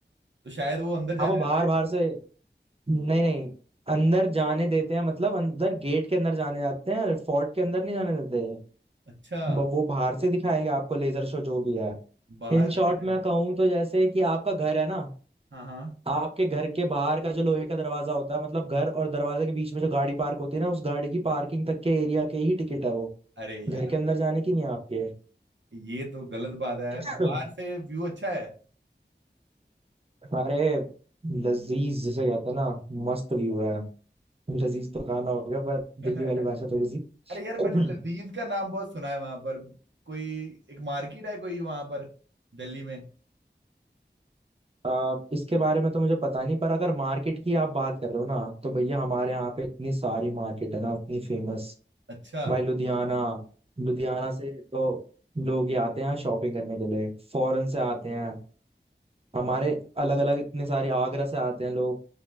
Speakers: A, on the right; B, on the right.
A: तो शायद वो अंदर जाने
B: हाँ वो बाहर
A: देते
B: बाहर
A: हैं
B: से नहीं नहीं अंदर जाने देते हैं मतलब अंदर गेट के अंदर जाने जाते हैं फोर्ट के अंदर नहीं जाने देते
A: अच्छा
B: ब- वो बाहर से दिखाएंगे आपको लेजर शो जो भी है
A: बाहर
B: इन शॉर्ट
A: से दिखाएंगे
B: मैं कहूँ तो जैसे कि आपका घर है ना
A: हाँ हाँ
B: आपके घर के बाहर का जो लोहे का दरवाजा होता है मतलब घर और दरवाजे के बीच में जो गाड़ी पार्क होती है ना उस गाड़ी की पार्किंग तक के एरिया के ही टिकट है वो
A: अरे
B: घर
A: यार
B: के अंदर जाने की नहीं है आपके
A: ये तो गलत बात है
B: <clears throat>
A: बाहर से व्यू अच्छा है
B: <laughs> अरे लजीज जिसे कहते हैं ना मस्त व्यू है लजीज तो खाना हो गया पर
A: <laughs>
B: दिल्ली वाली भाषा थोड़ी
A: अरे यार मैंने लजीज
B: <clears throat>
A: का नाम बहुत सुना है वहां पर कोई एक मार्केट है कोई वहां पर दिल्ली में
B: आ, इसके बारे में तो मुझे पता नहीं पर अगर मार्केट की आप बात कर रहे हो ना तो भैया हमारे यहाँ पे इतनी सारी मार्केट है ना इतनी फेमस
A: अच्छा
B: भाई लुधियाना लुधियाना से तो लोग ये आते हैं यहाँ शॉपिंग करने के लिए फॉरेन से आते हैं हमारे अलग अलग इतने सारे आगरा से आते हैं लोग